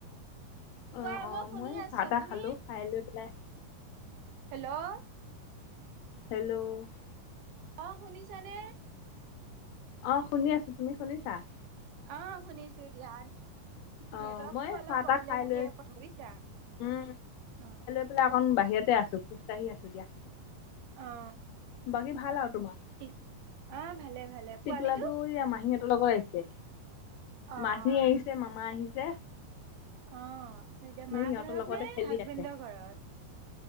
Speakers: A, on the left; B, on the right.
A: অ
B: কোৱা?
A: অ
B: মই শুনি আছো।
A: চাহ তাহ
B: তুমি?
A: খালো খাই লৈ পেলাই
B: হেল্ল'! <inaudible>
A: হেল্ল'! <inaudible>
B: অঁ! শুনিছানে? <inaudible>
A: অঁ! শুনি আছো। তুমি শুনিছা? <inaudible>
B: অঁ! শুনিছোঁ দিয়া। <inaudible>
A: অ
B: নেটৱৰ্কটো
A: মই
B: অলপ
A: চাহ
B: প্ৰব্লেম
A: তাহ খাই লৈ
B: দিয়ে <inaudible> বুজিছা।
A: উম
B: অঁ!
A: <unintelligible> অকণ বাহিৰতে আছো, খোজকাঢ়ি আছো দিয়া।
B: অঁ! <inaudible>
A: বাকী ভাল আৰু তোমাৰ? <inaudible>
B: অঁ! ভালে-ভালে।
A: টিকলাটো
B: পোৱালীটো
A: এয়া মাহীহঁতৰ লগত আহিছে
B: <inaudible> অঁ!
A: মাহী আহিছে মামা আহিছে
B: <inaudible> অঁ! এতিয়া
A: সিহঁতৰ
B: মা ঘৰত
A: লগতে
B: নে
A: খেলি
B: হাজবেণ্ডৰ
A: আছে
B: ঘৰত? <inaudible>